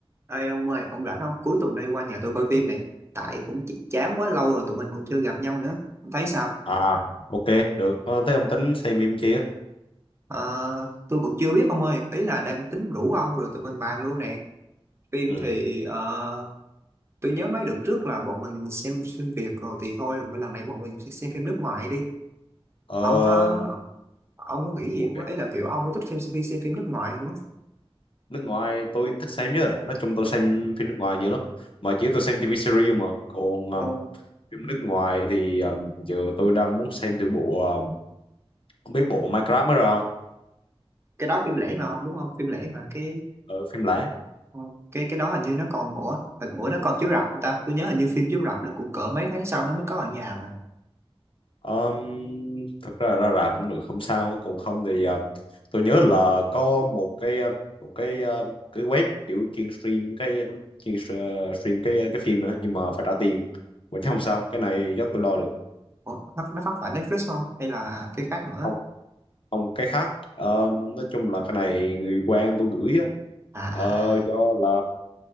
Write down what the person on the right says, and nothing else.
Ê ông ơi, ông rảnh không? Cuối tuần này qua nhà tôi coi phim này. Tại cũng ch- chán quá lâu rồi tụi mình cũng chưa gặp nhau nữa. Ông thấy sao?
Ờ, tôi cũng chưa biết ông ơi. Ý là đang tính rủ ông rồi tụi mình bàn luôn nè. Phim
thì ờ, tôi nhớ mấy đợt trước là bọn mình xem phim Việt rồi thì thôi. Lần này bọn mình xem phim nước ngoài đi.
Ông có ông có nghĩ gì
không? á? Ý là kiểu ông có thích xem, xem phim nước ngoài không? á?
Ồ,
cái đó phim lẻ mà không đúng không? Phim lẻ mà cái
Ờ, cái cái đó hình như nó còn ủa hình ủa nó còn chiếu rạp không ta tôi nhớ hình như phim chiếu rạp nó cũng cỡ mấy tháng sau nó mới có ở nhà mà
ủa nó, nó không phải Netflix không hay là cái khác nữa
à à
à à.